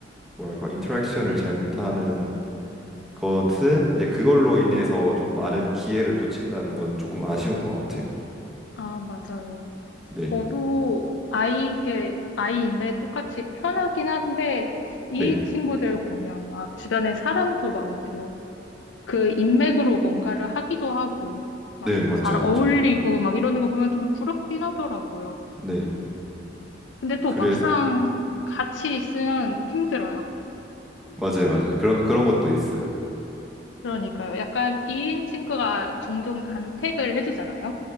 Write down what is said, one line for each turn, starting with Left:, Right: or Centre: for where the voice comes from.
Centre: 뭐랄까 인터랙션을 잘 못하는 것은 이제 그걸로 인해서 좀 많은 기회를 놓친다는 건 조금 아쉬운 것 같아요.
Left: 아, 맞아요.
Centre: 네,
Left: 저도 아이게, 아이인데 똑같이 편하긴 한데, 이인
Centre: 네,
Left: 친구들 보면 막 주변에 사람도 많고, 그 인맥으로 뭔가를 하기도 하고, 막
Centre: 네, 맞죠,
Left: 잘
Centre: 맞죠.
Left: 어울리고 막 이러는 거 보면 좀 부럽긴 하더라고요.
Centre: 네,
Left: 근데 또
Centre: 그래서
Left: 막상 같이 있으면 힘들어요.
Centre: 맞아요, 맞아요. 그런 그런 것도 있어요.
Left: 그러니까요. 약간 2인 친구가 종종 간택을 해주잖아요.